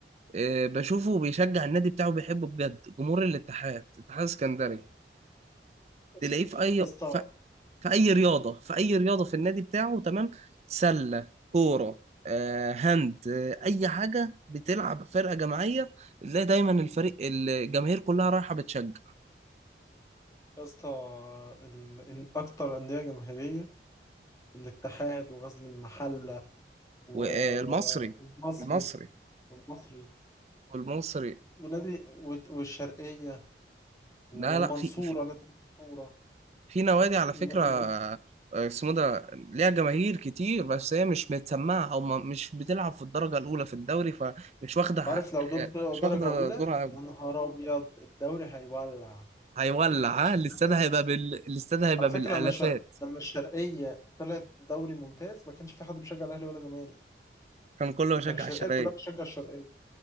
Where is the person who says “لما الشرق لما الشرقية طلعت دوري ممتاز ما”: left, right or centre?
Left